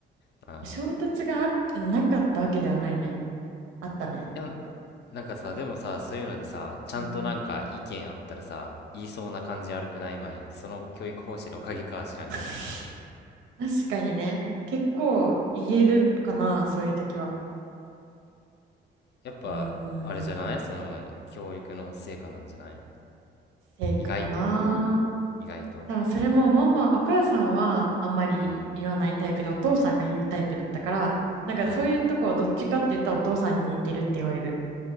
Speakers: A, on the left; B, on the right.
A: ああ。
B: 衝突があなかったわけではないね。あったね。
A: でも、なんかさ、でもさ、そういうのでさ、ちゃんとなんか意見あったらさ、
B: うん。
A: 言いそうな感じ悪くないまい。その教育方針のおかげかは知らんけど。
B: <laughs> 確かにね。結構言えるかな、そういう時は。
A: やっぱ、
B: うーん、
A: あれじゃないその、教育の成果なんじゃない
B: 成果かな。
A: 意外と意外と
B: 多分それもママ、お母さんはあんまり言わないタイプで、
A: うん、
B: お父さんが言うタイプだったから、なんかそういうとこどっちかって言ったらお父さんに似てるって言われる。
A: うん。